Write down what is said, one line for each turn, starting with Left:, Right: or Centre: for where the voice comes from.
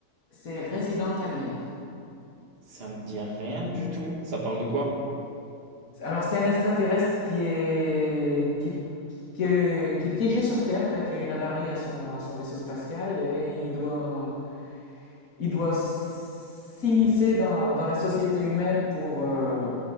Left: C'est Resident Alien.
Right: Ça me dit rien du tout. Ça parle de quoi?
Left: Alors, c'est un extraterrestre qui est, qui, qui est, qui est piégé sur Terre. En fait, il y a une avarie à son, à son vaisseau spatial et il doit, il doit s'immiscer dans, la- dans la société humaine pour, euh,